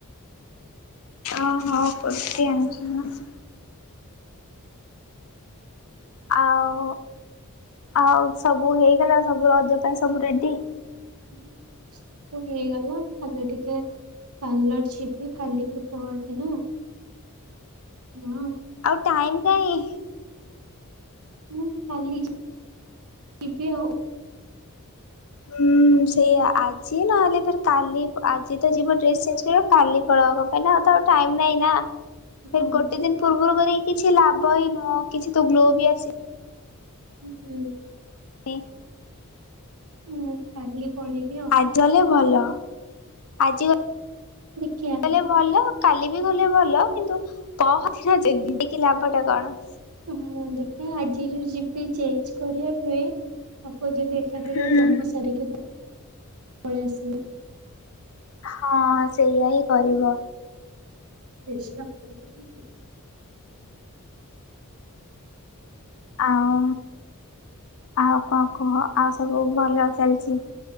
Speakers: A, on the left; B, on the right.
A: ଓହୋ କୁର୍ତି ଆଣିଚି। ଆଉ ଆଉ ସବୁ ହେଇଗଲା ସବୁ ରଜ ପାଇଁ ସବୁ ରେଡି।
B: ହୁଁ ସବୁ ହେଇଗଲା ଖାଲି ଟିକେ ପାଲର ଯିବି କାଲିକି ପହର ଦିନ ହଁ।
A: ଆଉ ଟାଇମ କାଇଁ?
B: ମୁଁ କାଲି ଯିବି ଆଉ।
A: ହୁଁ ସେୟା ଆଜି ନହେଲେ ଫ କାଲି ଆଜି ତ ଯିବ ଡ୍ରେସ୍ ଚେଞ୍ଜ କର କାଲି ପ <unintelligible> ତ ଆଉ ଟାଇମ ନାଇଁ ନା।
B: ହଁ
A: ସେଇ ଗୋଟେ ଦିନ ପୂର୍ବରୁ କରିକି କିଛି ଲାଭ ବିି ନୁହଁ କିଛି ତ ଗ୍ଲୋ ବି ଆସିବ।
B: ହୁଁ ହୁଁ।
A: ଇଁ।
B: ହୁଁ କାଲି ପଳେଇବି ଆଉ।
A: ତାହାଲେ ଭଲ ଆଜି ଗ
B: ଦେଖିଆ
A: ଲେ ଭଲ। କାଲି ବି ଗଲେ ଭଲ କିନ୍ତୁ ପହନା ଜ ଟିକି ଲାଭ ଟା କଣ।
B: ହୁଁ ଦେଖିବା ଆଜି ଯୋଉ ଯିବି ଚେଞ୍ଜ କରିବା ପାଇଁ ହବ ଯଦି ଏକାଥରେ
A: ହୁଁ।
B: କାମ ସାରିକି ପଳେଇ ଆସିବ।
A: ହଁ ସେଇଆା ହିଁ କରିବ।
B: ରିଷିକା ଭୁଁ କରିଦେଇଚି କି?
A: ଆଉ ଆଉ କଣ କୁହ ଆଉ ସବୁ ଭଲ ଚାଲିଚି?